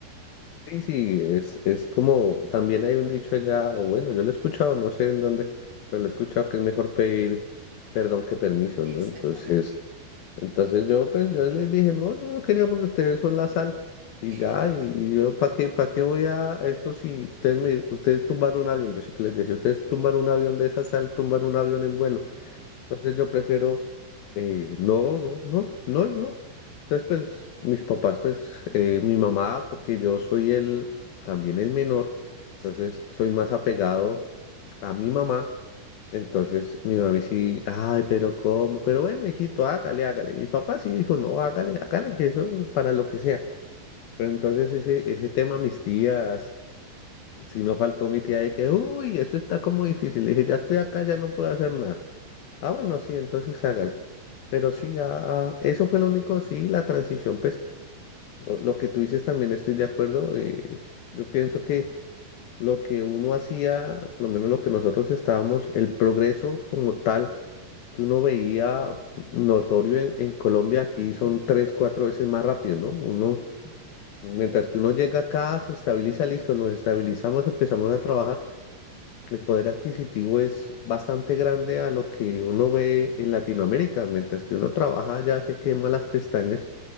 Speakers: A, on the left (about 70°); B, on the right (about 55°).
A: Sí, sí, es, es como, también hay un dicho allá, o bueno, yo lo he escuchado, no sé en dónde, pero lo he escuchado que es mejor pedir perdón que permiso,
B: Exactamente.
A: ¿no? Entonces... Entonces yo, pues, yo les dije, no, yo no quería porque ustedes son la sal. Y
B: <laughs>
A: ya, y y yo, ¿para qué, para qué voy a eso si ustedes me, ustedes tumban un avión? Yo siempre les decía, ustedes tumban un avión de esa sal, tumban un avión en vuelo. Entonces yo prefiero, eh, no, no, no, no y no. Entonces, pues, mis papás, pues, eh, mi mamá, porque yo soy el, también el menor,
B: Sí,
A: entonces soy más apegado a mi mamá entonces mi mami sí, ay, pero ¿cómo? Pero bueno, hijito, hágale, hágale. Mi papá sí dijo, no, hágale, hágale, que eso es para lo que sea. Pero entonces
B: yo, bueno.
A: ese, ese tema, mis tías, si no faltó mi tía de que, uy, eso está como difícil. Le dije, ya estoy acá, ya no puedo hacer nada. Ah, bueno, sí, entonces hágale. Pero sí,
B: Eh,
A: ah, ah, eso fue lo único, sí, la transición, pues lo, lo que tú dices también estoy de acuerdo. eh, yo pienso que lo que uno hacía, por lo menos lo que nosotros estábamos, el progreso como tal que uno veía notorio en, en Colombia, aquí son tres, cuatro veces más rápido, ¿no? Uno,
B: sí,
A: mientras que uno llega acá, se estabiliza, listo, nos estabilizamos, empezamos a trabajar. El poder adquisitivo es bastante grande a lo que uno ve en Latinoamérica, mientras que uno trabaja ya se quema las pestañas,